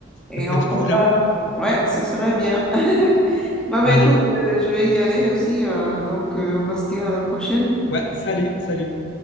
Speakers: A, in the centre; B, on the left.
A: Et
B: Ça peut
A: on
B: être
A: compare.
B: cool, hein?
A: Ouais, ce serait bien. <laughs> Bon,
B: Allez,
A: bah, écoute, euh, je vais y aller aussi. euh, donc, euh, on va se dire à la prochaine.
B: ouais, salut, salut.